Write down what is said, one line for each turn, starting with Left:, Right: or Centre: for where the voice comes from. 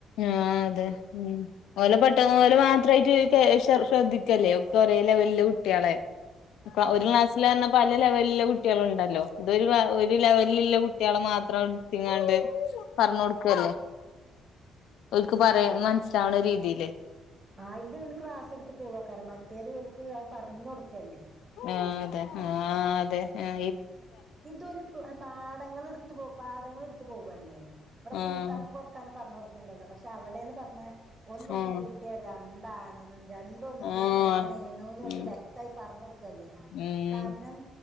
Left: ആഹ് അതെ ഓലെ പഠി ഓലെ മാത്രമായിട്ട് ശ്രദ്ധിക്കല്ലേ ഒക്കെ ഒരേ ലെവലില് കുട്ടികളെ ഒരു ക്ലാസ്സില് തന്ന പല ലെവലില കുട്ടികളുണ്ടല്ലോ ഇതൊരു ഒരു ലെവലിലുള്ള കുട്ട്യേളെ മാത്രം എട്ത്തിങ്ങാണ്ട് പറഞ്ഞൊടുക്കല്ലേ. ഓല്‍ക്ക് പറയണ മനസ്സിലാവണ രീതില്
Right: ആഹ് ഇത് ക്ലാസ് എടുത്ത് പോവ കാരണം മറ്റേത് ഓല്ക്ക് അത് പറഞ്ഞൊടുക്കല്ലേ
Left: ആഹ് അതെ ആഹ് അതെ ആ
Right: ഇതോലെ പാടങ്ങൾ എടുത്ത് പോ പാടങ്ങളെടുത്ത് പോവല്ലേ ഇവിടെ
Left: ആഹ്
Right: കൂട്ടാനും കൊറ ക്കാനും പറഞ്ഞൊടുക്കണില്ലല്ലോ പക്ഷെ അവിടെന്ന് പറഞ്ഞ ഒന്നൊന്നും
Left: ആഹ്
Right: കൂട്ടിയ രണ്ടാണ് രണ്ടൊന്നും
Left: ആഹ്
Right: കൂട്ടി എങ്ങനേണ്ന്ന് ഓൽക്ക്
Left: ഉം
Right: വ്യക്തായി പറഞ്ഞൊടുക്കല്ലേ
Left: ഉം
Right: കാരണം